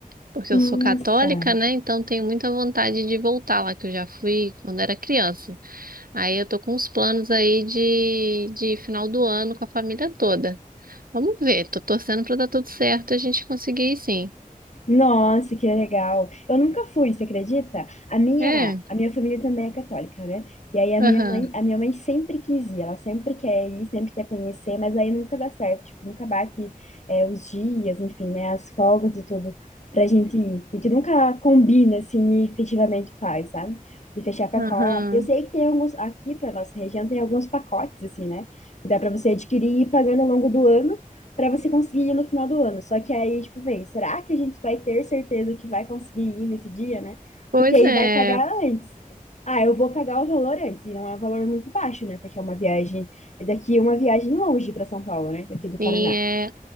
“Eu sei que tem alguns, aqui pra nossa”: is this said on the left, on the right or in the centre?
Left